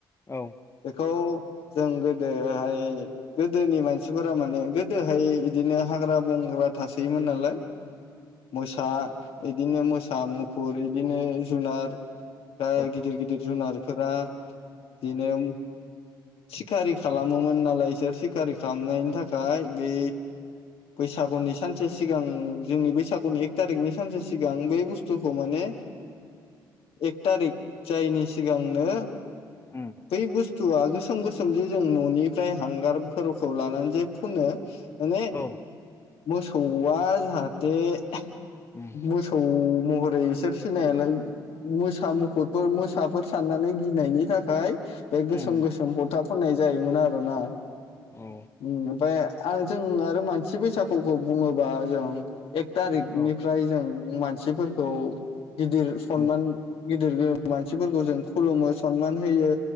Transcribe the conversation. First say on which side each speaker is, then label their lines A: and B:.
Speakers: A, on the left; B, on the left.
A: औ
B: बेखौ जों गोदोहाय गोदोनि मानसिफोरा माने गोदोहाय बिदिनो हाग्रा बंग्रा थासोयोमोन नालाय मोसा इदिनो मोसा मुफुर इदिनो जुनार बा
A: औ
B: गिदिर गिदिर जुनार फोर बिदिनो सिखारि खालामोमोन नालाय बिसोर सिखारि खालामनायनि थाखाय बै बैसागुनि सानसे सिगां जोंनि बैसागुनि एक थारिकनि सानसे सिगां बे बुस्थुखौ माने एक थारिक जायनि सिगांनो
A: उम
B: बै बुस्थु आ गोसो गोसोम गोसोम जे जों न'निफ्राय हांगारफोरखौ लानानै जो फुनो माने
A: औ
B: मोसौआ जाहाथे दे <unintelligible>
A: उम
B: मोसौ महर ओरै बिसोर सिनायालाय मोसा मुफुुरफोर मोसाफोर साननानै गिनायनि थाखाय बे गोसोम
A: उम
B: गोसोम फथा फननाय जायोमोन आरो ना
A: औ
B: ओम ओफ्राय <unintelligible> अ आरो जों आरो मानसि बैसागुखौ बुङोबा जों एक थारिकनिफ्राय
A: औ
B: जों मानसिफोरखौ गिदिर सनमान
A: उम
B: गिदिर मानसिफोरखौ जों खुलुमो सनमान होयो